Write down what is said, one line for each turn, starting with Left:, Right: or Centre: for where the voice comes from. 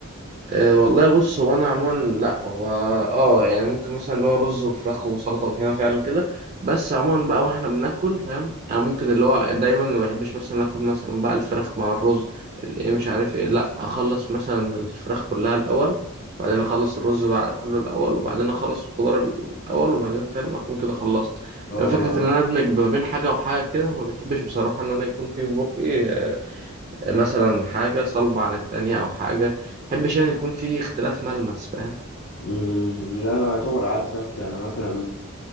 Right: أه والله بص هو انا عموما لا هو اه يعني ممكن مثلا اللي هو رز وفراخ وسلطه وطحينه فعلا كده بس عموما بقى واحنا بناكل فاهم يعني ممكن اللي هو دايما ما بحبش مثلا اكل مثلا بقى الفراخ مع الرز الايه مش عارف ايه لا اخلص مثلا الفراخ كلها الاول وبعدين اخلص الرز بقى كله الاول وبعدين اخلص الخضار الاول وبعدين فاهم اكون كده خلصت
Left: كمل
Right: لما فكره ان انا ادمج ما بين حاجه وحاجه كده ما بحبش بصراحه ان انا يكون في في بقي آه، مثلا حاجة صلبة عن التانية أو حاجة محبش يعني يكون في اختلاف ملمس فاهم
Left: مم، لا انا اعتبر عكسك انا مثلا